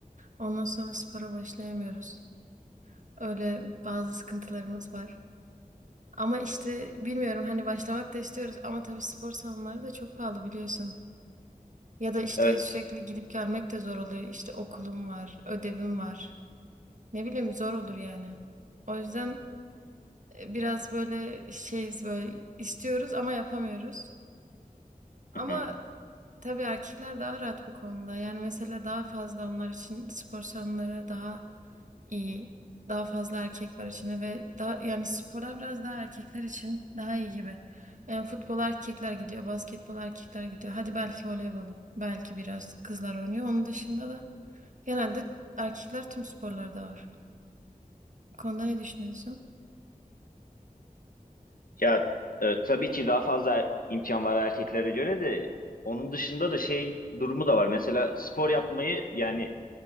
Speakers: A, on the right; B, on the left.
A: Ondan sonra spora başlayamıyoruz. Öyle bazı sıkıntılarımız var. Ama işte bilmiyorum hani başlamak da istiyoruz ama tabii spor salonları da çok pahalı biliyorsun. Ya da işte
B: Evet.
A: sürekli gidip gelmek de zor oluyor. İşte okulum var, ödevim var. Ne bileyim zor olur yani. O yüzden e, biraz böyle şeyiz böyle istiyoruz ama yapamıyoruz. Ama
B: Hı hı.
A: tabii erkekler daha rahat bu konuda. Yani mesela daha fazla onlar için spor salonları daha iyi. Daha fazla erkek var içinde ve daha yani sporlar biraz daha erkekler için daha iyi gibi. Yani futbol erkekler gidiyor, basketbol erkekler gidiyor. Hadi belki voleybolu. Belki biraz kızlar oynuyor. Onun dışında da genelde erkekler tüm sporlarda var. Bu konuda ne düşünüyorsun?
B: Ya e, tabii ki daha fazla imkan var erkeklere göre de onun dışında da şey durumu da var. Mesela spor yapmayı yani